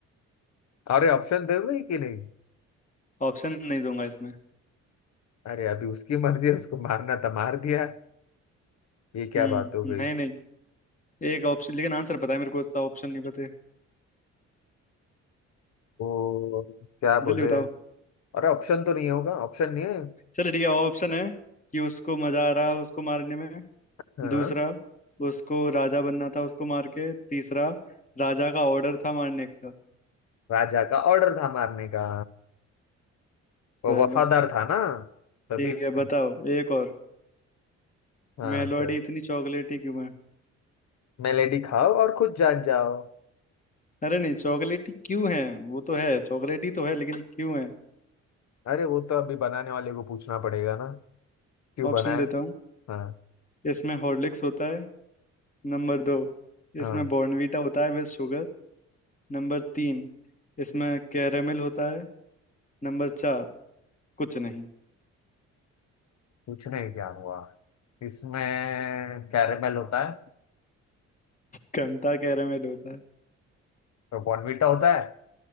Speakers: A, on the left; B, on the left.
A: अरे ऑप्शन दे दो कि नहीं
B: ऑप्शन नहीं दूंगा इसमें
A: अरे अभी उसकी मर्जी है उसको मारना था मार दिया ये क्या
B: हम्म
A: बात हो गई
B: नहीं नहीं एक ऑप्शन लेकिन आंसर पता है मेरे को उसका ऑप्शन नहीं पता है।
A: वो क्या बोले
B: जल्दी बताओ
A: अरे ऑप्शन तो नहीं होगा ऑप्शन नहीं है
B: चलो ठीक है ऑप्शन है कि उसको मजा आ रहा उसको मारने में
A: हाँ
B: दूसरा उसको राजा बनना था उसको मार के तीसरा राजा का ऑर्डर था मारने का
A: राजा का ऑर्डर था मारने का वो
B: चलो
A: वफादार था ना तभी
B: ठीक
A: उसने
B: है बताओ एक और
A: हाँ
B: मेलोडी
A: सर
B: इतनी चॉकलेटी क्यों
A: मेलेडी खाओ और खुद जान जाओ
B: अरे नहीं चॉकलेटी क्यों है वो तो है चॉकलेटी तो है लेकिन क्यों है
A: अरे वो तो अभी बनाने वाले को पूछना पड़ेगा ना क्यों
B: ऑप्शन
A: बनाया
B: देता हूँ
A: हाँ
B: इसमें हॉर्लिक्स होता है नंबर दो
A: हाँ
B: इसमें बॉर्नवीटा होता है विद शुगर नंबर तीन इसमें कैरेमल होता है नंबर चार कुछ नहीं
A: पूछने ही क्या हुआ इसमें कैरेमल होता है
B: कंता कैरेमल होता है
A: तो बॉर्नवीटा होता है